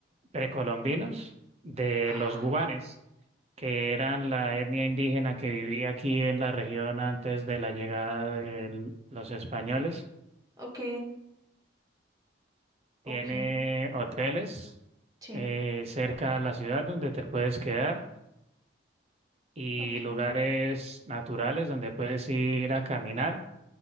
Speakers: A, on the right; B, on the right.
A: precolombinos de
B: ah,
A: los guanes, que eran la etnia indígena que vivía aquí en la región antes de la llegada de los españoles.
B: ok, ok,
A: Tiene hoteles
B: sí,
A: eh, cerca a la ciudad donde te puedes quedar y
B: ok,
A: lugares naturales donde puedes ir a caminar.